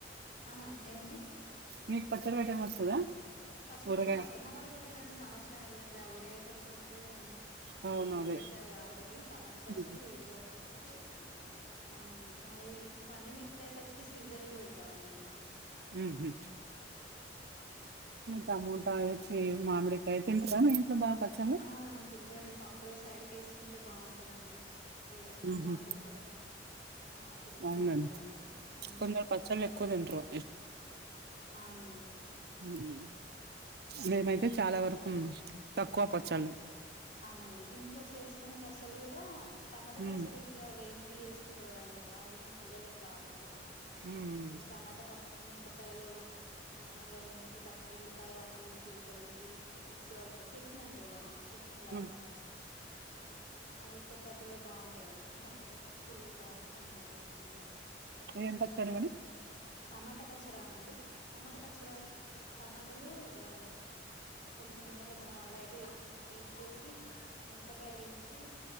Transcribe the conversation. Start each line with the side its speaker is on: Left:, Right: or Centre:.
Left: ఆహా ఏం అండి
Right: మీకు పచ్చడి పెట్టడం వస్తదా
Left: పచ్చడి
Right: ఊరగాయ
Left: అత్తమ్మ వాళ్ళు పెట్టిరండి సంవత్సరం వెళ్ళంతే ఆ ఉరగాయ పచ్చడి ఉంటది కదండి
Right: అవును
Left: అది పెట్టేశారు
Right: అదే
Left: ఆల్రెడీ టమాట పచ్చడి
Right: ఉహు
Left: ఉరగాయ పచ్చడి ఆ మరి పండు మీరపకాయ పచ్చడి సీజన్ లో పెడతారండి ఇగ
Right: ఉహు టమోటా వచ్చి మామిడికాయ తింటార మీ ఇంట్లో బాగా పచ్చాలు
Left: ఆ తింటరండి పప్పులో సైడ్కి వేసుకుంటే బాగుంటదండి వేడన్నంలో
Right: ఉహు
Left: అప్పుడప్పుడు ఆ తిన్న
Right: అవునండి
Left: బాగుంటదండి ఆ
Right: కొందరు పచ్చళ్ళు ఎక్కువ తింటారు
Left: అవునండి
Right: ఉమ్ మేమైతే చాలా వరకు తక్కువ పచ్చళ్లు
Left: అవునండి ఇంట్లో చేసుకున్న పచ్చళ్లు కూడా టమాటా
Right: ఉమ్
Left: పచ్చడి ఇట్లా వేంపి చేసు కుంటాయి కదండి అవి పిల్లలకి బాగా ఇష్టం అండి
Right: ఉమ్
Left: ఇలా టమాటా పచ్చడి మిరపక కాయలు నూనెల వేంపి ప వెల్లిపాయ అవి ఇవి జీలకర్రేసి మిక్సీ పడుత చట్నీ అంటరు దాన్ని చట్నీ లాగా
Right: ఉమ్
Left: అది అవి చపాతీలో బాగుంటాయండి అట్లా పిల్లలు బాగా ఇష్టంగా తింటరు మా ఇంట్లో
Right: ఏం పచ్చడి మేడం
Left: టమాటా పచ్చడా అండి టమాటా పచ్చడ టమాటలు వ కొంచెం నూనెలో ద లైట్గా ఏం ఏంచేసి మిరపకాయలు ఎంచి